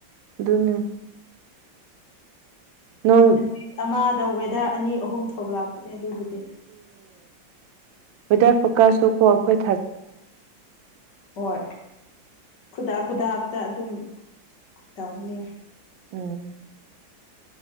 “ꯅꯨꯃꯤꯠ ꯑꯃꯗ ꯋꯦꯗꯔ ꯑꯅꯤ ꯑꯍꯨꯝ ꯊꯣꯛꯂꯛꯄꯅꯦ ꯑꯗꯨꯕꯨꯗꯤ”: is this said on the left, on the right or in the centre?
Left